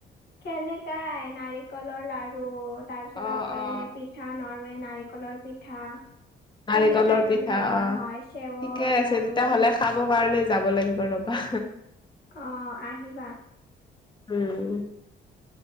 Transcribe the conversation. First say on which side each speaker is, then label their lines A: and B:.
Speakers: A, on the left; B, on the left.
A: কেেনেকাই নাৰিকলৰ লডাৰু তাৰ পিছত
B: অ
A: আকৌ
B: অ
A: এনে পিঠা পিঠা নৰ্মে নাৰিকলৰ পিঠা
B: নাৰিকলৰ
A: সেনেকাই
B: পিঠা
A: মানে বনোৱা
B: অ
A: হয় চেৱই
B: ঠিকে আছে
A: আৰু
B: তেতিয়াহ'লে খাব কাৰণে যাব লাগিব ৰবা
A: অ আহিবা
B: উম